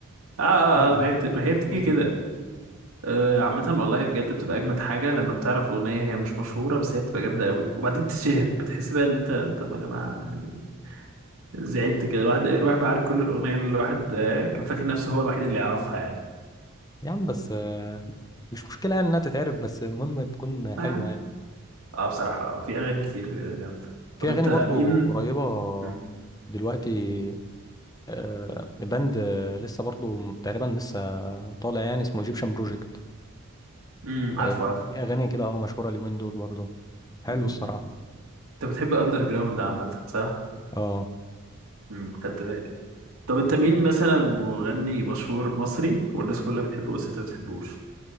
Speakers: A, on the right (about 75°); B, on the left (about 15°).
A: اه
B: يلا
A: اه ما هي بت... ما هي بتيجي
B: <laughs>
A: كده آه، عامة والله بجد بتبقى أجمد حاجة لما بتعرف أغنية هي مش مشهورة بس هي بتبقى جامدة أوي وبعدين تتشهر بتحس بقى إن أنت طب يا جماعة يعني زعلت كده الواحد الواحد بقى عارف كل الأغنية اللي الواحد آه، كان فاكر نفسه هو الوحيد اللي يعرفها يعني
B: يا عم بس آه، مش مشكلة يعني انها تتعرف بس المهم تكون حلوة
A: آه يا عم.
B: يعني
A: آه، بصراحة في أغاني كتير آه، جامدة
B: في
A: طب أنت
B: اغاني برضو
A: مين
B: قريبة
A: مم.
B: دلوقتي آه، باند آه، لسه برضو تقريبا لسه طالع يعني اسمه ايجيبشن بروجكت
A: مم. عارفه
B: دي
A: عارفه
B: اغاني كده اه مشهورة اليومين دول برضو حلو
A: مم.
B: الصراحة
A: أنت بتحب أندر جراوند عامة صح؟
B: اه
A: مم. خدت بالي طب أنت مين مثلا مغني مشهور مصري والناس كلها بتحبه بس أنت ما بتحبوش